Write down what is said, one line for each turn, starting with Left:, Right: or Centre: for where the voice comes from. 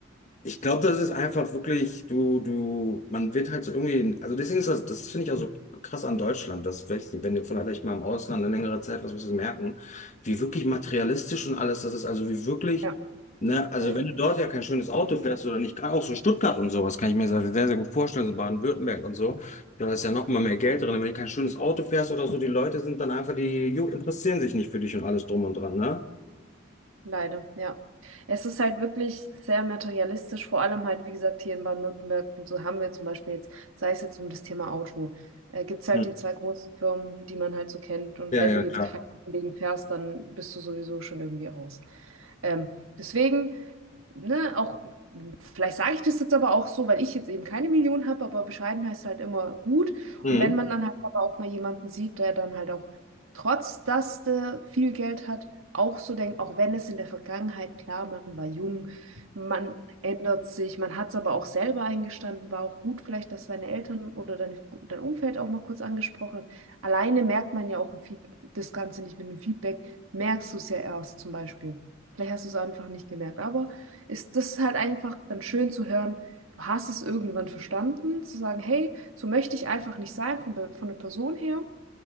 Left: Ich glaube, das ist einfach wirklich, du, du, man wird halt so irgendwie, also deswegen ist das, das finde ich auch so krass an Deutschland, dass vielleicht, wenn du vielleicht mal im Ausland eine längere Zeit was wirst du merken, wie wirklich materialistisch und alles das ist, also wie wirklich,
Right: Ja,
Left: ne, also
Right: leider.
Left: wenn du dort ja kein schönes Auto fährst oder nicht, gerade auch so Stuttgart und sowas, kann ich mir sehr, sehr gut vorstellen, so Baden-Württemberg und so, da ist ja noch mal mehr Geld drin, wenn du kein schönes Auto fährst oder so, die Leute sind dann einfach, die ju- interessieren sich nicht für dich und alles drum und dran, ne?
Right: Leider, ja. Es ist halt wirklich sehr materialistisch, vor allem halt, wie gesagt, hier in Baden-Württemberg, und so haben wir zum Beispiel jetzt, sei es jetzt um das Thema Auto, äh, gibt es halt
Left: Hm.
Right: die zwei großen Firmen, die man halt so kennt. Und
Left: Ja,
Right: wenn
Left: ja,
Right: du jetzt
Left: klar.
Right: keinen Kollegen fährst, dann bist du sowieso schon irgendwie raus. Ähm, deswegen, ne, auch Vielleicht sage ich das jetzt aber auch so, weil ich jetzt eben keine Million habe, aber bescheiden heißt halt immer gut.
Left: Mhm.
Right: Und wenn man dann halt aber auch mal jemanden sieht, der dann halt auch, trotz dass der viel Geld hat, auch so denkt, auch wenn es in der Vergangenheit, klar, man war jung, man ändert sich, man hat es aber auch selber eingestanden, war auch gut vielleicht, dass deine Eltern oder deine, dein Umfeld auch mal kurz angesprochen hat. Alleine merkt man ja auch ein Feed, das Ganze nicht mit einem Feedback, merkst du es ja erst zum Beispiel. Vielleicht hast du es einfach nicht gemerkt, aber ist das ist halt einfach dann schön zu hören, du hast es irgendwann verstanden, zu sagen, hey, so möchte ich einfach nicht sein von, der- von der Person her,